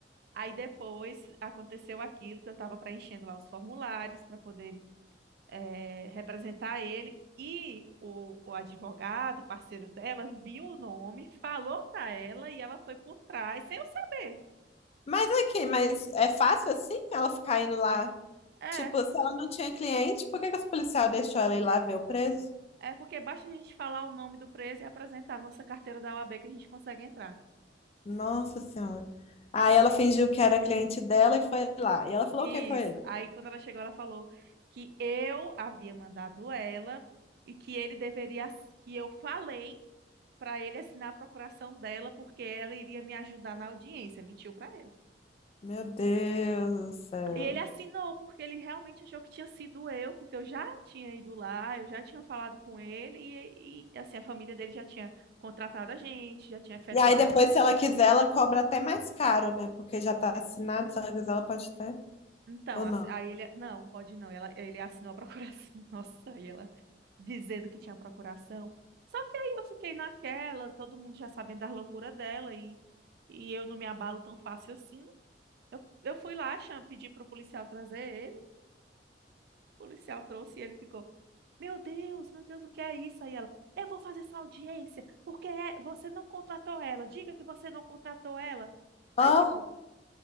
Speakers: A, on the right (about 60°); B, on the left (about 35°).
A: aí depois aconteceu aquilo que eu tava preenchendo lá os formulários para poder eh, representar ele. E o, o advogado, parceiro dela, viu o nome, falou para ela e ela foi por trás, sem eu saber.
B: Mas aqui, mas é fácil assim ela ficar indo lá?
A: É,
B: Tipo, se ela não tinha cliente, por que que os policiais deixou ela ir lá ver o preso?
A: é porque basta a gente falar o nome do preso e apresentar a nossa carteira da OAB que a gente consegue entrar.
B: Nossa Senhora. Aí ela fingiu que era cliente dela e foi lá. E ela falou
A: Isso.
B: o que com ele?
A: Aí quando ela chegou, ela falou que eu havia mandado ela e que ele deveria, que eu falei para ele assinar a procuração dela porque ela iria me ajudar na audiência. Mentiu para ele.
B: Meu Deus do céu.
A: E ele assinou, porque ele realmente achou que tinha sido eu, porque eu já tinha ido lá, eu já tinha falado com ele, e, e, assim, a família dele já tinha contratado a gente, já tinha efetuado.
B: E aí depois, se ela quiser, ela cobra até mais caro, né? Porque já tá assinado, se ela quiser, ela pode ter,
A: Então,
B: ou
A: ass-
B: não.
A: aí ele, não, pode não, ela, ele assinou a procuração, <laughs> nossa, aí ela dizendo que tinha procuração. Só que aí eu fiquei naquela, todo mundo já sabendo das loucuras dela, e, e eu não me abalo tão fácil assim. Eu, eu fui lá, cham- pedi pro policial trazer ele, o policial trouxe e ele ficou. Meu Deus, meu Deus, o que é isso? Aí ela, eu vou fazer sua audiência, porque é- você não contratou ela. Diga que você não contratou ela. Aí,
B: Ó,
A: tipo,